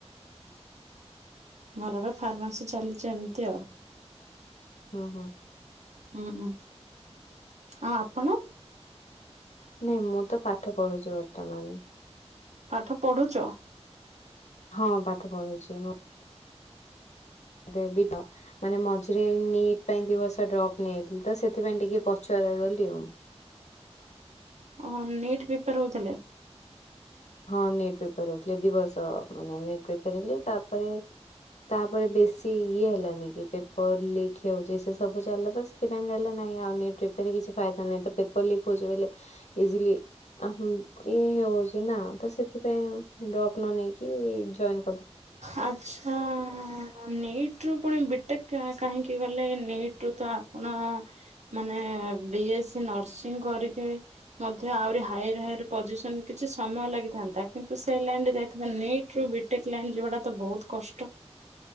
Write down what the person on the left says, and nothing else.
ଓ ହୋ।
ନାଇଁ ମୁଁ ତ ପାଠ ପଢୁଛି ବର୍ତ୍ତମାନ।
ହଁ ପାଠ ପଢୁଛି ମୁଁ <unintelligible> ମାନେ ମଝିରେ ନିଟ୍ ପାଇଁ ଦି ବର୍ଷ ଡ୍ରପ୍ ନେଇଥିଲି ତ ସେଥିପାଇଁ ଟିକେ ପଛୁଆ ରହିଗଲି ଆଉ।
ହଁ ନେଟ୍ ପ୍ରେପାର ହଉଥିଲେ ଦିବସ ମାନେ ନଟପେପର ହେଲେ ତାପରେ ତାପରେ ବେଶୀ ଇଏ ହେଲାନି କି ପେପର ଲିକ୍ ହଉଛି ସେ ସବୁ ଚାଲିଲା ତ ନେଲ ନାଁ ଆଉ କିଛି ଫାଇଦା ନାଁ ତ ପେପର ଲିକ ହଉଛି ବୋଲି ଇଜିଲି ଆ ଏଇ ହେଉଛି ନା? ତ ସେଥିପାଇଁ ଡପ୍ ନ ନେଇକି ଜଏନ